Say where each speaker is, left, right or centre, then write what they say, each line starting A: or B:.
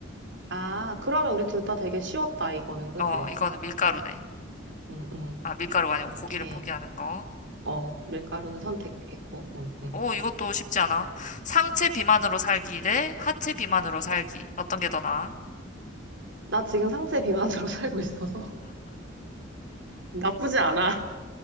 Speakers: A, on the right; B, on the left.
A: 아, 그러면 우리 둘 다 되게 쉬웠다, 이거는, 그지?
B: 어, 이거는 밀가루네.
A: 응, 응.
B: 아, 밀가루가 아니고
A: 오케이.
B: 고기를 포기하는 거.
A: 어, 밀가루는 선택했고, 응, 응.
B: 오, 이것도 쉽지 않아. 상체 비만으로 살기 대 하체 비만으로 살기. 어떤 게 더 나아?
A: 나 지금 상체 비만으로 <laughs> 살고 있어서 나쁘지 않아.